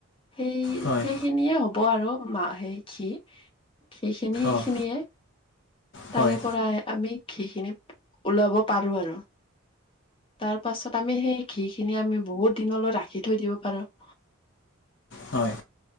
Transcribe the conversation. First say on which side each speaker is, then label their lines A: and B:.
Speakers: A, on the left; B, on the left.
A: হেই
B: হয়
A: হেইখিনিয়ে হ'ব আৰু মা সেই ঘী সিখিনি এইখিনিয়ে
B: অঁ হয়
A: তাৰে পৰাই আমি ঘী খিনি ওলাব পাৰোঁ আৰু তাৰপাছত আমি সেই ঘী খিনি আমি বহুত দিনলৈ ৰাখি থৈ দিব পাৰোঁ। <inaudible>
B: হয়।